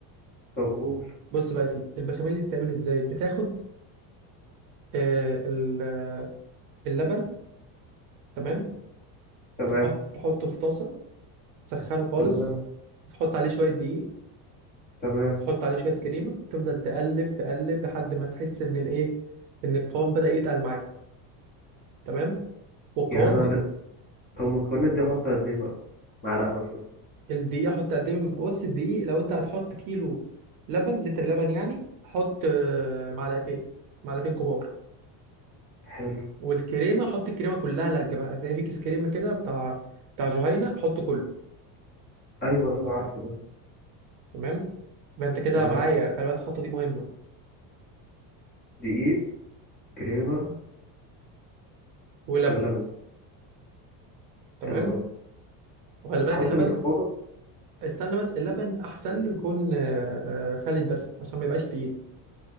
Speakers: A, on the left (about 20°); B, on the right (about 45°).
A: طب قول
B: بص بقى يا سيدي البشاميل دي بتعمل ازاي بتاخد آه، ال- آه، اللبن تمام
A: تمام
B: تحط تحطه في طاسة تسخنه خالص
A: تمام
B: تحط عليه شوية دقيق
A: تمام
B: وتحط عليه شويه كريمه تفضل تقلب تقلب لحد ما تحس ان الايه ان القوام بدا يتقل معاك تمام والقوام
A: يعني أنا
B: ب...
A: طب المكونات دي أحط قد إيه بقى معلقة مثلا
B: الدقيق حط قد ايه من- بص الدقيق لو انت هتحط كيلو لبن لتر لبن يعني حط آه، معلقتين معلقتين كبار
A: حلو
B: والكريمه حط الكريمه كلها اللي هتجيبها هتلاقي في كيس كريمه كده بتاع بتاع جهينه حط كله
A: أيوه أيوه عارفه ده
B: تمام يبقى انت كده
A: تمام
B: معايا خلي بالك الخطوه دي مهمه
A: دقيق كريمة
B: ولبن
A: واللبن
B: تمام
A: حلو أوي
B: وخلي بالك
A: أحط
B: اللبن
A: بيكنج باودر
B: استنى بس اللبن احسن له يكون آه، آه، خالي الدسم عشان ما يبقاش تقيل